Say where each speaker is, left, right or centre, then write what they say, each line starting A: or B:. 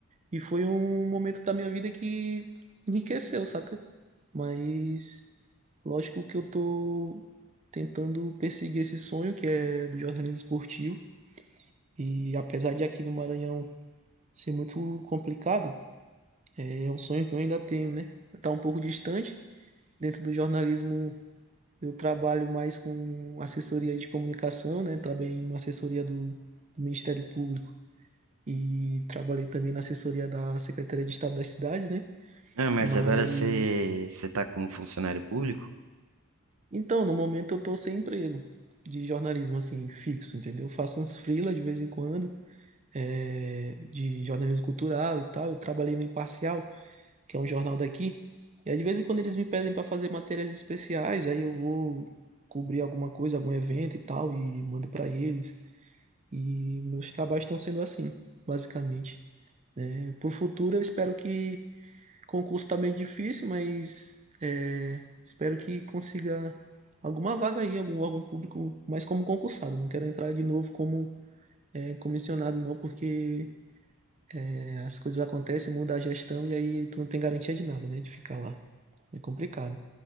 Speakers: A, on the right (about 30°); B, on the right (about 80°).
A: E foi um momento da minha vida que enriqueceu, saca? Mas lógico que eu tô tentando perseguir esse sonho que é do jornalismo esportivo. E apesar de aqui no Maranhão ser muito complicado, é um sonho que eu ainda tenho, né? Tá um pouco distante. Dentro do jornalismo eu trabalho mais com assessoria de comunicação, né? Trabalhei em uma assessoria do, do Ministério Público e trabalhei também na assessoria da Secretaria de Estado das Cidades, né?
B: Ah, mas
A: Mas
B: agora você você está como funcionário público?
A: então, no momento eu tô sem emprego de jornalismo assim fixo, entendeu? Eu faço uns freela de vez em quando, é, de jornalismo cultural e tal. Eu trabalhei no Imparcial, que é um jornal daqui, e aí de vez em quando eles me pedem para fazer matérias especiais, aí eu vou cobrir alguma coisa, algum evento e tal e mando para eles. E meus trabalhos estão sendo assim, basicamente. É, Pro futuro eu espero que Concurso tá meio difícil, mas é, espero que consiga alguma vaga aí, algum órgão público, mas como concursado. Não quero entrar de novo como é, comissionado, não, porque é, as coisas acontecem, muda a gestão e aí tu não tem garantia de nada, né? De ficar lá. É complicado.